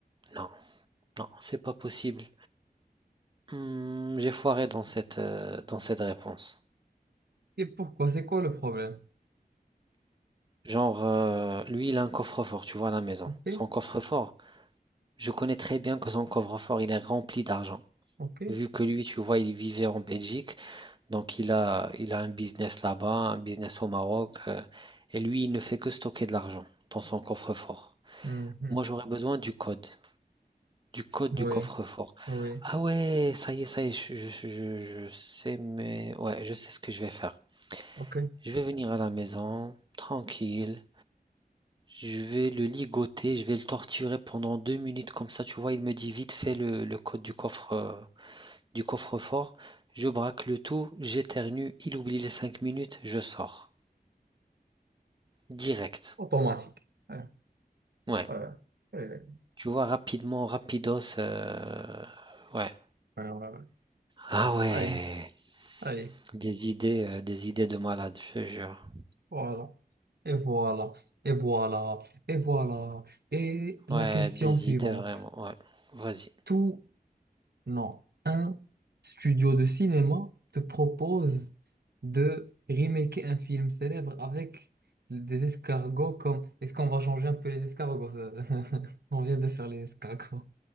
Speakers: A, on the right; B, on the right.
A: Non, non, c'est pas possible. Hmm, j'ai foiré dans cette, euh, dans cette réponse.
B: Et pourquoi? C'est quoi le problème?
A: Genre, euh, lui, il a un coffre-fort, tu vois, à la maison.
B: Ok,
A: Son coffre-fort, je connais très bien que son coffre-fort, il est rempli d'argent.
B: ok.
A: Vu que lui, tu vois, il vivait en Belgique, Donc, il a, il a un business là-bas, un business au Maroc, euh, et lui, il ne fait que stocker de l'argent dans son coffre-fort.
B: Mhm.
A: Moi, j'aurais besoin du code, du code
B: Oui,
A: du coffre-fort.
B: oui,
A: Ah ouais, ça y est, ça y est, je, je- je- je sais, mais ouais, je sais ce que je vais faire.
B: ok.
A: Je vais venir à la maison, tranquille. Je vais le ligoter, je vais le torturer pendant deux minutes comme ça. Tu vois, il me dit vite fait le, le code du coffre, euh, du coffre-fort. Je braque le tout, j'éternue, il oublie les cinq minutes, je sors. Direct.
B: Automatique. Ouais,
A: Ouais.
B: ouais, ouais,
A: Tu vois, rapidement, rapidos. euh, Ouais.
B: ouais, ouais, ouais. ouais.
A: Ah ouais.
B: Ça y est, ça y est.
A: Des idées, euh, des idées de malade, je te jure.
B: Voilà. Et voilà, et voilà, et voilà. Et la
A: Ouais,
B: question
A: des
B: suivante.
A: idées vraiment. Ouais. Vas-y.
B: Tout Non, un studio de cinéma te propose de remaker un film célèbre avec des escargots comme... Est-ce qu'on va changer un peu les escargots? euh, <laughs> On vient de faire les escargots.